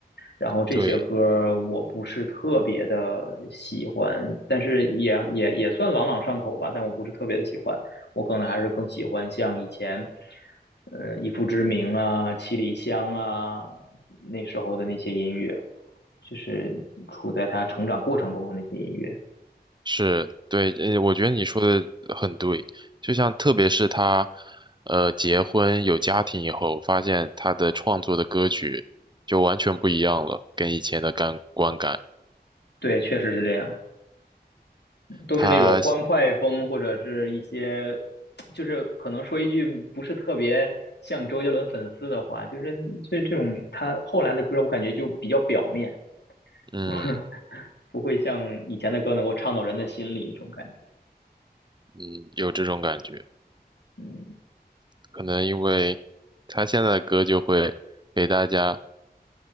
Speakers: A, on the left; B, on the right.
A: 然后这些歌我不是特别的喜欢，
B: 对，
A: 但是也也也算朗朗上口吧，但我不是特别的喜欢。我可能还是更喜欢像以前，呃，以父之名啊、七里香啊那时候的那些音乐，就是处在他成长过程中的那些音乐。
B: 是，对，呃，我觉得你说的很对，就像特别是他，呃，结婚有家庭以后，发现他的创作的歌曲就完全不一样了，跟以前的感观感，
A: 对，确实是这样。都是那种欢快风，
B: 他，
A: 或者是一些，就是可能说一句不是特别像周杰伦粉丝的话，就是就是这种他后来的歌，我感觉就比较表面，
B: 嗯
A: 不 <laughs> 不会像以前的歌能够唱到人的心里这种感觉。
B: 嗯，有这种感觉，
A: 嗯，
B: 可能因为他现在的歌就会给大家。